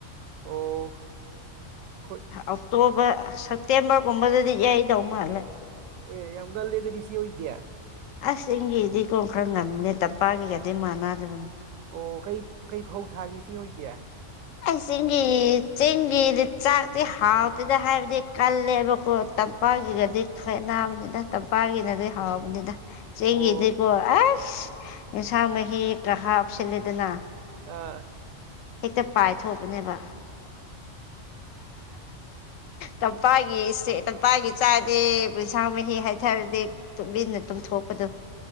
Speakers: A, on the right; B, on the left.
A: ꯑꯣ ꯍꯣꯏ
B: ꯑꯣꯛꯇꯣꯕꯔ ꯁꯦꯞꯇꯦꯝꯕꯔꯒꯨꯝꯕꯗꯗꯤ ꯌꯥꯩꯗꯧ ꯃꯥꯜꯂꯦ
A: ꯍꯣꯏꯦ ꯌꯥꯝ ꯉꯜꯂꯦꯗꯗꯤ ꯁꯤ ꯑꯣꯏꯗꯦ
B: ꯑꯁ ꯏꯒꯤꯗꯤ ꯀꯣꯟ ꯈꯔ ꯉꯝꯃꯤꯅꯦ ꯇꯝꯄꯥꯛꯒꯤꯒꯗꯤ ꯃꯥꯟꯅꯗꯕꯅꯤ
A: ꯑꯣ ꯀꯩ ꯀꯩ ꯐꯧ ꯊꯥꯒꯁꯤ ꯑꯣꯏꯗꯦ
B: ꯑꯩꯁꯤꯡꯒꯤꯒꯤ ꯆꯤꯡꯒꯤꯗꯤ ꯆꯥꯛꯇꯤ ꯍꯥꯎꯇꯦꯗ ꯍꯥꯏꯕꯗꯤ ꯀꯜꯂꯦꯕꯀꯣ ꯇꯝꯄꯥꯛꯀꯤꯒꯗꯤ ꯈꯥꯏꯠ ꯅꯥꯕꯅꯤꯅ ꯇꯝꯄꯥꯛꯀꯤꯅꯗꯤ ꯍꯥꯎꯕꯅꯤꯅ ꯆꯦꯡꯒꯤꯗꯤꯀꯣ
A: ꯑꯥ
B: ꯑꯁ ꯑꯦꯟꯁꯥꯡ ꯃꯍꯤ ꯀ ꯍꯥꯞꯆꯜꯂꯦꯗꯅ
A: ꯑꯥ
B: ꯍꯦꯛꯇ ꯄꯥꯏꯊꯣꯛꯄꯅꯦꯕ ꯇꯝꯄꯥꯒꯤꯦ ꯇꯝꯄꯥꯒꯤ ꯆꯥꯗꯤ ꯄꯨꯟꯁꯥꯡ ꯃꯍꯤ ꯍꯥꯏꯊꯔꯗꯤ ꯇ ꯇ ꯊꯣꯛꯄꯗ